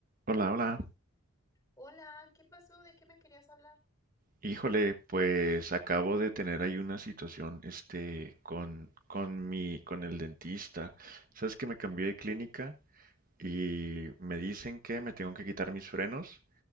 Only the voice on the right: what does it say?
Hola, hola.
Híjole, pues acabo de tener ahí una situación, este, con, con mi, con el dentista. Sabes que me cambié de clínica y me dicen que me tengo que quitar mis frenos